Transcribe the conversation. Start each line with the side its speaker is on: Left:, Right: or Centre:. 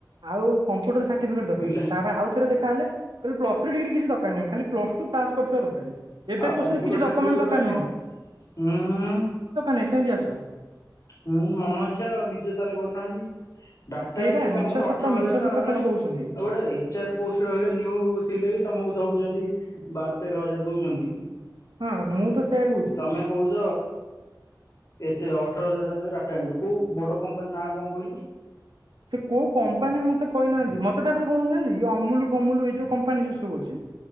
Right: ଆଉ କମ୍ପୁଟର ସା ଷାଠିପିକେଟ
Left: ପିଲା
Right: ତାପରେ ଆଉଥରେ ଦେ ଖାଲେ ଖାଲି ପ୍ଲ ଥ୍ରୀ ଡିଗ୍ରୀ କିଛି ଦକାର ନାହିଁ ଖାଲି ପ୍ଲ ଟୁ ପାସ୍ କରିଥିବା ଦରକାର। ଏବେ
Left: ଆଉ
Right: କହୁଛନ୍ତି
Left: କମ୍ପୁଟର
Right: କିଛି
Left: ଷାଠିପିକେଟ
Right: ଡକ୍ୟୁମେଣ୍ଟ ଦରକାର
Left: ମାନେ କଣ ଉଁ
Right: ନାଇଁ ସେମିତି ଆସିବ।
Left: ମୁଁ ମନ ଇଚ୍ଛା ଆଉ ନିଜେ ତାହେଲେ କରୁନାହାନ୍ତି। ଡାଟା
Right: ସେଇ
Left: ଏଣ୍ଟ୍ରି
Right: ବା
Left: କାମରେ
Right: ମିଛ ସତ
Left: ଅଠର ହଜାର
Right: ମିଛ
Left: ଟଙ୍କା
Right: ସତ ଖାଲି କହୁଛନ୍ତି
Left: ଗୋଟେ ଏଚର ପୋଷ୍ଟ ରହିଲେ ନିଉ ଥିଲେ ବି ତମକୁ ଦଉଛନ୍ତି। ବାର ତେର ହଜାର ଦଉଛନ୍ତି।
Right: ହଁ ମୁଁ ତ ସେଇୟା କହୁଛି।
Left: ତମେ
Right: <inaudible>
Left: କହୁଛ ଏତେ ଅ ଅଠର ହଜାର ଦେବେ ଟାଟା ଆଣିବ କୋଉ ବଡ କମ୍ପାନୀ ନାଁ କଣ କହିଲୁ।
Right: ସେ କୋଉ କମ୍ପାନୀ ମତେ କହିନାହାନ୍ତି ମତେ ତାପରେ କଣ ଜାଣିଛୁ ଏ ଅମୁଲ ଫମୁଲୁ ଏଇ ଯୋଉ କମ୍ପାନୀ ଯୋଉ ସବୁ ଅଛି।